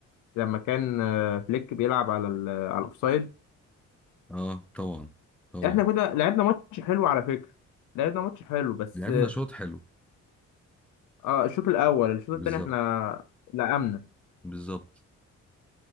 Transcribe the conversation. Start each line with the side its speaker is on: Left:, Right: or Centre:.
Left: لما كان آه، فليك بيلعب على ال- على الاوفسايد
Centre: اه طبعا طبعا
Left: احنا كده لعبنا ماتش حلو على فكرة لعبنا ماتش حلو بس
Centre: لعبنا شوط حلو
Left: اه الشوط الاول الشوط
Centre: بالظبط
Left: التاني احنا لقمنا
Centre: بالظبط